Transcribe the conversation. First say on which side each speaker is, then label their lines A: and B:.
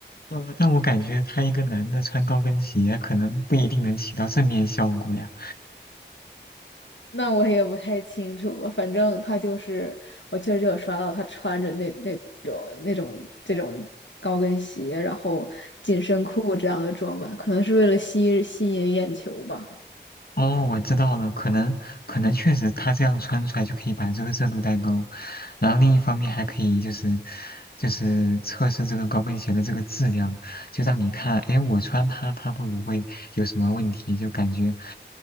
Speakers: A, on the left; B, on the left.
A: 呃，但我感觉他一个男的穿高跟鞋，可能不一定能起到正面效果呀。
B: 那我也不太清楚了反正他就是，我确实有刷到他穿着那那种那种这种高跟鞋，然后紧身裤这样的装扮，可能是为了吸吸引眼球吧。
A: 哦，我知道了，可能可能确实他这样穿出来就可以把这个热度带高，然后另一方面还可以就是就是测试这个高跟鞋的这个质量，就让你看，哎，我穿它它都不会有什么问题，就感觉